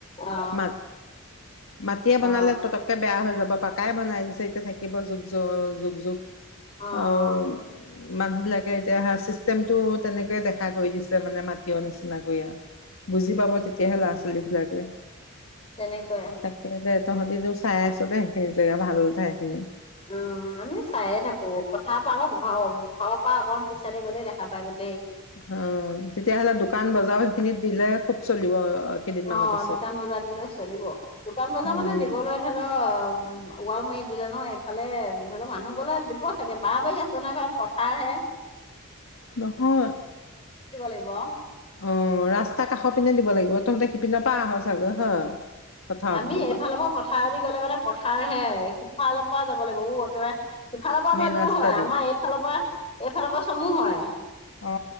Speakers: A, on the left; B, on the left.
A: অ
B: ম মাটিয়ে
A: অ অ
B: বনালে পতককে বেয়া হৈ যাব পাকাই বনাই দিছে। থাকিব যুগ য যুগ যুগ।
A: অঁ।
B: আৰু মানুহ বিলাকে এতিয়া চিষ্টেম। টো তেনেকৈয়ে দেখা কৰি দিছে মানে মাটি নিচিনাকৈ আৰু। বুজি পাব তেতিয়াহে
A: উম
B: ল'ৰা ছোৱালীবিলাকে।
A: তেনেকুৱাই
B: তাকে। তহঁতি যোৰ চাই আছ যে সেইখিনি জে ভাল ঠাই খিনি।
A: অ, আমি চায়ে থাকো পথাৰ পৰা। আমাৰ ঘৰৰ ঘৰৰ পৰা অকমান পিছ চাইতে গ'লে দেখা পাই গ
B: অ তেতিয়াহ'লে দোকান বজাৰ সেইখিনিত দিলে খুব চলিব। কেইদিনমানৰ
A: অ
B: পাছত
A: দোকান বজাৰ দিলেও চলিব। দোকান বজাৰ
B: উম
A: মানে দিবলৈ ধৰি লও ওৱাল মাৰি দিলে নহয় এইফালে। ধৰি লও মানুহ গলে দিব চাগে। বাহ বাৰী আছে নে নাই, পথাৰ হে।
B: নহয়।
A: লাগিব
B: অ ৰাস্তা কাষৰ পিনে দিব লাগিব। তহঁতে পিন পা আহ চাগৈ হয়? পথাৰৰ
A: আমি
B: পিনৰ
A: এইফালৰ পৰা পথাৰদি গ'লে মানে পথাৰ হে আহে। সিফালৰ পাও যাব লাগিব উ একেবাৰে সিফালৰ পৰা আমাৰ
B: মেইন
A: দূৰ
B: ৰাস্তা
A: হয়।
B: দি
A: আমাৰ এইফালৰ পৰা, এইফালৰ পৰা চমু হয়।
B: অ